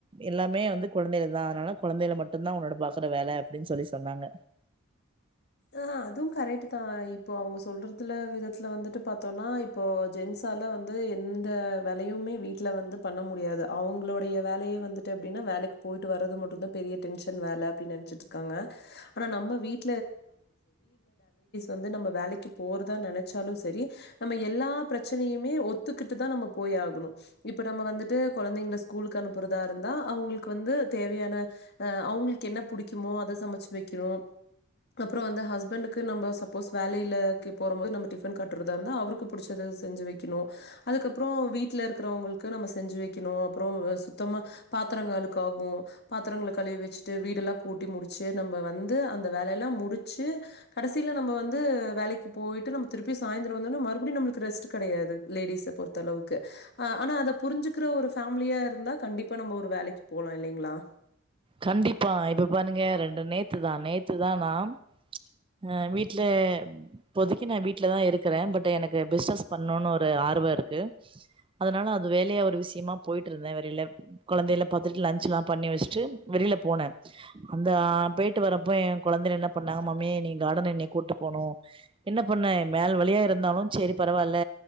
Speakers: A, on the right (about 25°); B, on the left (about 50°).
A: எல்லாமே கொழந்தைகள் தான் அதனால கொழந்தைகள் மட்டும் தான் பாக்குற வேலை அப்படின்னு சொல்லி சொன்னாங்க
B: ஆஹ் அதுவும் கரெக்ட் தான் இப்போ அவங்க சொல்றதுல விதத்துல வந்துட்டு பார்த்தோம்னா இப்போ ஜென்ஸால வந்து எந்த வேலையுமே வீட்டுல வந்து பண்ண முடியாது அவங்களுடைய வேலையே வந்துட்டு அப்படின்னா வேலைக்கு போயிட்டு வர்றது மட்டும்தான் பெரிய டென்ஷன் வேல அப்படின்னு நெனைச்சிட்டு இருக்காங்க ஆனா நம்ம வீட்டு வந்து நம்ம வேலைக்கு போறதா நெனைச்சாலும் சரி நம்ம எல்லா பிரச்சனையுமே ஒத்துக்கிட்டு தான் நம்ம போய் ஆகணும் இப்ப நம்ம வந்துட்டு கொழந்தைங்கள ஸ்கூலுக்கு அனுப்புறதா இருந்தா அவங்களுக்கு வந்து தேவையான அஹ் அவங்களுக்கு என்ன பிடிக்குமோ அத சமைச்சு வைக்கணும் அப்புறம் அந்த ஹஸ்பண்டுக்கு நம்ம சப்போஸ் வேலையிலக்கு போற போது நம்ம டிஃபன் கட்டுறதா இருந்தா அவருக்கு பிடிச்சது செஞ்சு வைக்கணும் அதுக்கப்புறம் வீட்டுல இருக்கிறவங்களுக்கு நம்ம செஞ்சு வைக்கணும் அப்புறம் சுத்தமா பாத்திரங்கள் அழுக்காகும் பாத்திரங்கள கழுவி வச்சுட்டு வீடெல்லாம் கூட்டி முடிச்சு நம்ம வந்து அந்த வேலயெல்லாம் முடிச்சு கடைசியில நம்ம வந்து வேலைக்கு போயிட்டு நம்ம திருப்பி சாயந்திரம் வந்தோனா மறுபடியும் நம்மளுக்கு ரெஸ்ட் கிடையாது லேடிஸ பொறுத்த அளவுக்கு ஆஹ் ஆனா அத புரிஞ்சிக்கிற ஒரு ஃபேமிலியா இருந்தா கண்டிப்பா நம்ம ஒரு வேலைக்கு போலாம் இல்லைங்களா
A: கண்டிப்பா இப்ப பாருங்க ரெண்டு நேத்துதான் நேத்துதான் நான் அஹ் வீட்டுல இப்போதைக்கு நான் வீட்லதான் இருக்கிறேன் பட் எனக்கு பிசினஸ் பண்ணும்னு ஒரு ஆர்வம் இருக்கு அதனால அது வேலையா ஒரு விஷயமா போயிட்டு இருந்தேன் வெளில குழந்தையில பாத்துட்டு லஞச் எல்லாம் பண்ணி வச்சுட்டு வெளியில போன அந்த போயிட்டு வரப்போ என் குழந்தை என்ன பண்ணாங்க மாமிய நீ கார்டன் என் கூப்பிட்டு போனும் என்ன பண்ணே மேல் வழியா இருந்தாலும் சரி பரவாயில்ல